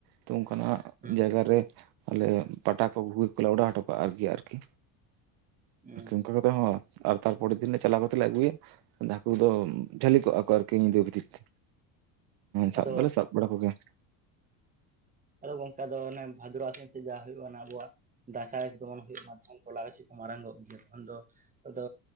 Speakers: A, on the right; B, on the right.
A: ᱛᱚ ᱚᱱᱠᱟᱱᱟᱜ
B: ᱦᱩᱸ
A: ᱡᱟᱭᱜᱟ ᱨᱮ ᱟᱞᱮ ᱯᱟᱴᱟ ᱠᱚ ᱜᱷᱩᱜᱤ ᱠᱚᱞᱮ ᱚᱰᱟᱣ ᱦᱚᱴᱚ ᱠᱟᱜ-ᱟ ᱟᱨᱠᱤ ᱟᱨᱠᱤ
B: ᱦᱩᱸ
A: ᱚᱱᱠᱟ <unintelligible> ᱛᱟᱨᱯᱚᱨᱮᱨ ᱫᱤᱱᱞᱮ ᱪᱟᱞᱟᱣ ᱠᱟᱛᱮ ᱞᱮ ᱟᱹᱜᱩᱭᱟ ᱦᱟᱹᱠᱳ ᱫᱚ ᱡᱷᱟᱹᱞᱤ ᱠᱚᱜ-ᱟ ᱠᱚ ᱟᱨᱠᱤ ᱧᱤᱫᱟᱹ ᱵᱷᱤᱛᱤᱨ ᱛᱮ ᱥᱟᱵ
B: ᱟᱫᱚ
A: ᱫᱚᱞᱮ ᱥᱟᱵ ᱵᱟᱲᱟ ᱠᱚᱜᱮᱭᱟ
B: ᱟᱫᱚ ᱜᱚᱝᱠᱮ ᱟᱫᱚ ᱚᱱᱮ ᱵᱷᱟᱫᱨᱚ ᱟᱥᱤᱱᱛᱮ ᱡᱟᱸᱦᱟ ᱦᱳᱭᱳᱜ-ᱟ ᱚᱱᱟ ᱟᱵᱚᱣᱟᱜ ᱫᱟᱸᱥᱟᱭ ᱫᱚᱱ ᱦᱳᱭᱳᱜ-ᱟ <unintelligible> ᱛᱚᱞᱟ ᱜᱟᱪᱷᱤ ᱠᱚ ᱢᱟᱨᱟᱝ ᱜᱚᱫᱚᱽ ᱜᱮᱭᱟ ᱛᱚᱠᱷᱚᱱ ᱫᱚ ᱟᱫᱚ